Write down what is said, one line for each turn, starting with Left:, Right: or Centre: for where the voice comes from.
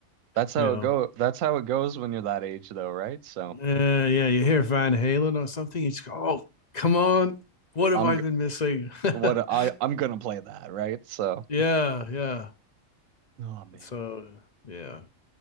Right: That's how
Left: know,
Right: it go. That's how it goes when you're that age though, right? So,
Left: uh, yeah, you hear Van Halen or something, you just go, "Oh, come on, what have
Right: I'm
Left: I been missing?" <laughs>
Right: what I I'm gonna play that, right? So,
Left: yeah, yeah.
Right: oh man,
Left: So yeah,